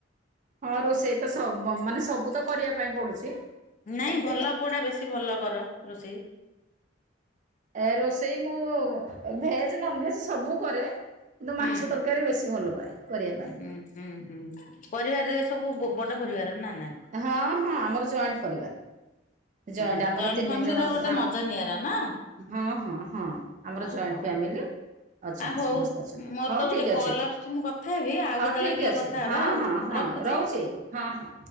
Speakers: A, on the right; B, on the left.
A: ହଁ ରୋଷେଇ ତ ସ ମାନେ ସବୁ ତ କରିବା ପାଇଁ ପଡୁଛି।
B: ନାଇଁ ଭଲ କଉଟା ବେଶୀ ଭଲ କର ରୋଷେଇ?
A: ଏ ରୋଷେଇ ମୁଁ ଭେଜ ନନଭେଜ ସବୁ କରେ। କିନ୍ତୁ ମାଛ
B: ହୁଁ
A: ତରକାରୀ ବେଶୀ ଭଲ ପାଏ। କରିବା ପାଇଁ
B: ହୁଁ ହୁଁ ହୁଁ ପରିବାରରେ ସବୁ ବ-ବଡ ପରିବାର। ନା ନାଇଁ?
A: ହଁ ହଁ ଆମର ଜଏଣ୍ଟ ପରିବାର। ଜଏଣ୍ଟ
B: ଓହୋ
A: ଆମର ତିନି
B: ଫ୍ୟାମିଲିର
A: ଜଣ
B: ଗୋଟେ
A: ହଁ
B: ମଜା ନିଆରା ନା
A: ହଁ ହଁ ହଁ ଆମର
B: ଆ
A: ଜଏଣ୍ଟ
B: ହଉ
A: ଫା ଫାମିଲି। ଅଛନ୍ତି
B: ଆ ହଉ।
A: ସମସ୍ତେ ଅଛନ୍ତି
B: ମୋର
A: ହଉ
B: ତ ଗୋଟେ
A: ଠିକ
B: କଲ୍
A: ଅଛି
B: ଆସୁଛି ମୁଁ କଥା ହେବି ଆଉ
A: ହଉ
B: କେତେବେଳେ
A: ଠିକ
B: ଟିକେ
A: ଅଛି
B: କଥା ହେବା
A: ହଁ
B: ଆଉ
A: ହଁ ହଁ।
B: ରଖୁଛି
A: ହଁ ରହୁଛି ହଁ ହଁ।